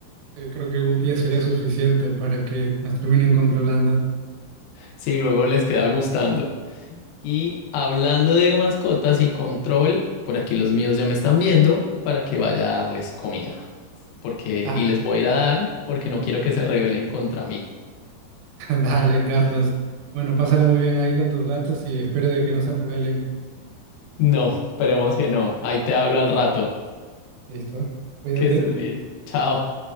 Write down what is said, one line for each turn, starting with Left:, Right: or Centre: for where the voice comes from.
Right: Eh, creo que un día sería suficiente para que nos terminen controlando.
Left: Si luego les queda gustando. Y hablando de mascotas y control, por aquí los míos ya me están viendo para que vaya a darles comida, porque
Right: Ah,
Left: y les voy a ir a dar porque no quiero que se rebelen contra mí.
Right: <laughs> dale, Carlos. Bueno, pásala muy bien ahí con tus gatos y espero de que no se rebelen.
Left: No, esperemos que no. Ahí te hablo al rato.
Right: Listo. Cuídate.
Left: Que estés bien. Chao.